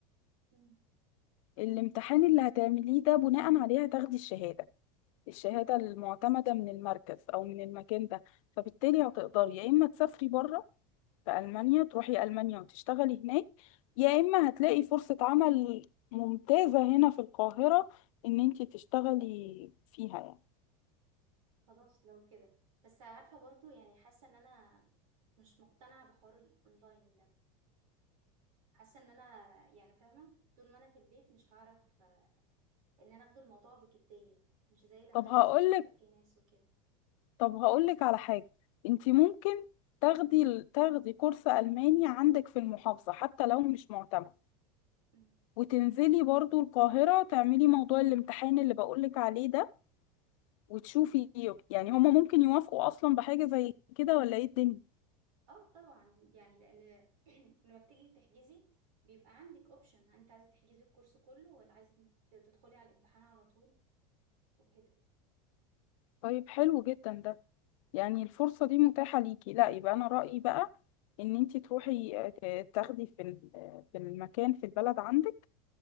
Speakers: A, on the right (about 80°); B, on the left (about 70°).
A: مم.
B: الامتحان اللي هتعمليه ده بناء عليه هتاخدي الشهادة الشهادة المعتمدة من المركز أو من المكان ده فبالتالي هتقدري يا إما تسافري بره في ألمانيا تروحي ألمانيا وتشتغلي هناك يا إما هتلاقي فرصة عمل ممتازة هنا في القاهرة إن أنت تشتغلي فيها يعني
A: خلاص لو كده بس عارفة برضو يعني حاسة إن أنا مش مقتنعة بحوار الأونلاين ده حاسة إن أنا يعني فاهمة طول ما أنا في البيت مش هعرف آه، إن أنا أخد الموضوع بجدية مش زي لما
B: طب
A: أنزل
B: هقولك
A: ويبقى فيه ناس وكده
B: طب هقولك على حاجة أنت ممكن تاخدي تاخدي كورس ألماني عندك في المحافظة حتى لو مش معتمد
A: مم.
B: وتنزلي برضو القاهرة تعملي موضوع الامتحان اللي بقولك عليه ده وتشوفي
A: مم.
B: يعني هما ممكن يوافقوا اصلا بحاجة زي كده ولا ايه الدنيا
A: اه طبعا يعني لان <clears throat> لما بتيجي تحجزي بيبقى عندك اوبشن انت عايزه تحجزي الكورس كله ولا عايزه ت- تدخلي على الامتحان على طول وكده
B: طيب حلو جدا ده يعني الفرصة دي متاحة ليكي لا يبقى انا رأيي بقى ان انتي تروحي آه، ت- تاخدي في ال- آه، في المكان في البلد عندك